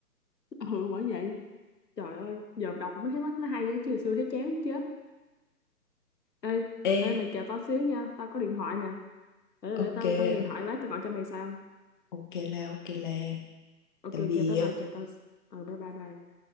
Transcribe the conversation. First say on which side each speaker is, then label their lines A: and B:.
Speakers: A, on the left (about 75°); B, on the left (about 30°).
A: ừ bởi vậy trời ơi giờ đọc mới thấy mắt nó hay á chứ hồi xưa thấy chán muốn chết ê
B: Ê,
A: ê mày chờ tao xíu nha tao có điện thoại nè để
B: ok,
A: để tao tao nghe điện
B: ok
A: thoại lát tao gọi cho mày sau
B: ok là, ok là.
A: ok
B: Tạm biệt.
A: ok bye bye chờ tao ừ bye bye bye